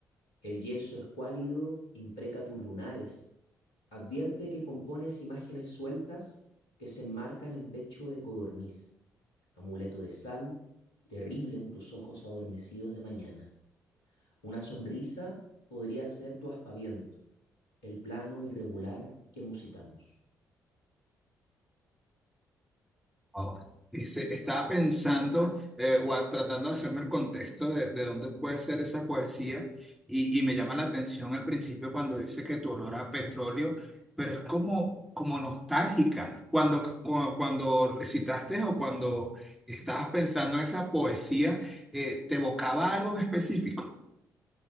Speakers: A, on the left; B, in the centre.
A: El yeso escuálido impreca tus lunares. Advierte que compones imágenes sueltas que se enmarcan en pecho de codorniz. Amuleto de sal, terrible en tus ojos adormecidos de mañana. Una sonrisa podría ser tu aspaviento, el plano irregular que musitamos.
B: Wow. Dice, estaba pensando eh, o a- tratando de hacerme el contexto de, de dónde puede ser esa poesía y, y me llama la atención al principio cuando dice que tu olor a petróleo, pero es como, como nostálgica. Cuando, cu- cuando recitaste o cuando estabas pensando en esa poesía, eh, ¿te evocaba algo en específico?